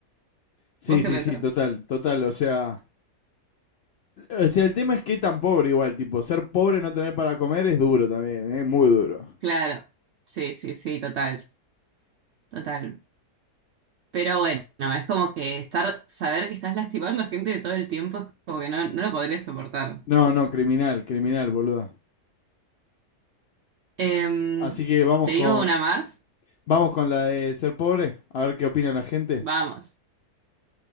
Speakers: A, on the left; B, on the right.
A: Sí,
B: ¿Vos qué
A: sí,
B: pensás?
A: sí, total, total. O sea, o sea, el tema es que tan pobre igual, tipo, ser pobre, y no tener para comer es duro también, es Muy duro.
B: Claro, sí, sí, sí, total, total. Pero bueno, es como que estar, saber que estás lastimando gente todo el tiempo es como que no, no lo podría soportar.
A: No, no, criminal, criminal, boluda.
B: Em,
A: Así que vamos
B: ¿te digo
A: con,
B: una más?
A: vamos con la de ser pobre, a ver qué opina la gente.
B: Vamos.